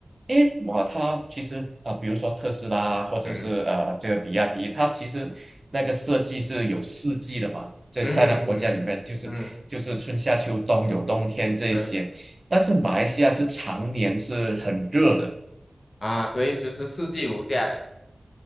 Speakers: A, on the right (about 40°); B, on the left (about 60°).
A: 因为我它其实啊、呃比如说特斯拉或者是呃这个比亚迪，
B: 嗯
A: 它其实那个设计是有四季的嘛，在在那国家里面就是就是春夏秋冬有冬天这些，
B: 嗯嗯嗯嗯，嗯嗯嗯嗯嗯对
A: 但是马来西亚是常年是很热的，
B: 啊，对，就是四季如下的，